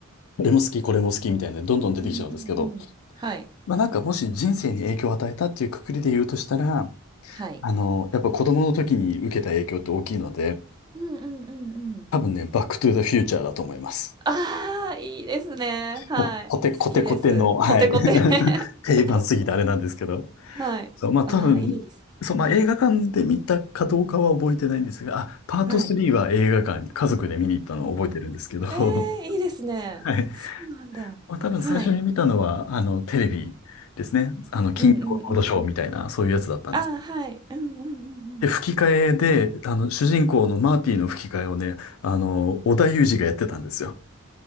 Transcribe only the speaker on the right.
うんうんうん。はい。
はい。
うんうんうんうん。
ああ、いいですね。はい。
好きです。
コテコテ
<laughs>
はい。
ああ、いい、好き、
好きです。
はい。ええ、いいですね。
そうなんだ。
はい。
うんうんうんうん。
ああ、はい。うんうんうんうん。
はい。